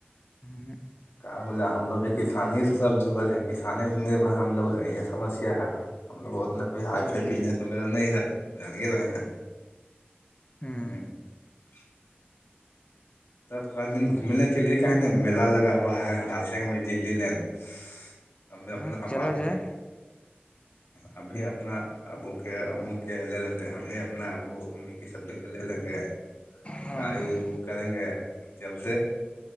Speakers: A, on the left; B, on the left.
A: ہوں <unintelligible> <unintelligible>
B: کہ بولے ہم لوگ بھی کسانی سے سب جڑل ہے کسانانی سے نربھر ہم لوگ ہیں یہ سمیا ہے ہم لوگ اتنا <unintelligible> <unintelligible> کوئی ہائی
A: ہوں
B: فائی بزنس وغیرہ نہیں ہے جان رہے ہیں
A: ہوں
B: ہ <unintelligible> <unintelligible> تب کا د گھومنے کے لیے کہ نا میلا لگا ہو <unintelligible> <unintelligible> ہوا ہے ڈال سےگ میں دلی لین اب اپناپ
A: ہاں چلا جائے
B: <unintelligible> <unintelligible> اب بھی اپنا آبو کے امک کے لے لتے ہم بھی اپنا ابو امک سب ل <unintelligible> ک ل گ <unintelligible>
A: ہاں
B: <unintelligible> گاڑی وڑی بک کریں گے چلتے